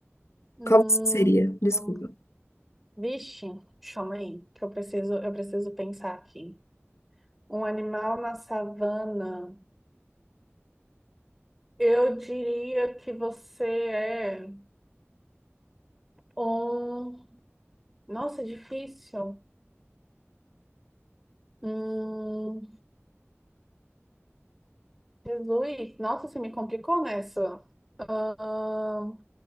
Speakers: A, in the centre; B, on the left.
A: Hum,
B: Qual você seria? Desculpa.
A: hum. vixe, chama aí, que eu preciso, eu preciso pensar aqui. Um animal na savana. Eu diria que você é um. Nossa, difícil. Hum, Jesus, nossa, você me complicou nessa. Ahn,